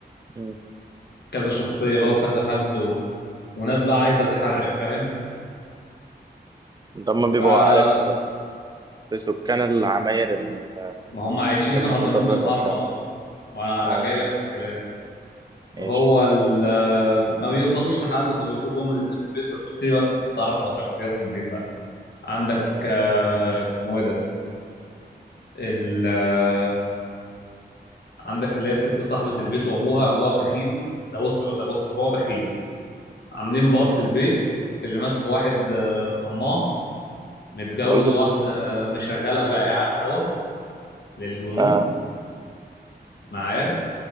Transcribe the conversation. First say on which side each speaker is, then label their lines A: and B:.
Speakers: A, on the right (about 25°); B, on the left (about 70°).
A: مم.
B: كذا شخصية بقى وكذا حد و... وناس بقى عايزة الحرق فاهم
A: ده هم بيبقوا
B: فما
A: عارف في سكان العماير ال-
B: هم عايشين
A: المتطرفة
B: هنا هربانين من الحرب
A: وبتاع
B: أصلا ما
A: اه
B: أنا جاي لك في الكلام
A: ماشي
B: هو ال... ما بيوصلوش لحل فبيخرجوا هما الاتنين في البيت فبتبتدي بقى تتعرف على شخصيات البيت بقى عندك
A: آه.
B: آه، اسمه ايه ده ال... آه، عندك اللي هي الست صاحبة البيت وأبوها أبوها بخيل ده بص ده بص أبوها بخيل عاملين بار في البيت اللي ماسكه واحد آه، طماع متجوز
A: برضو
B: واحدة آه، مشغلها بقى قاعد هوا للجنود
A: اه
B: معايا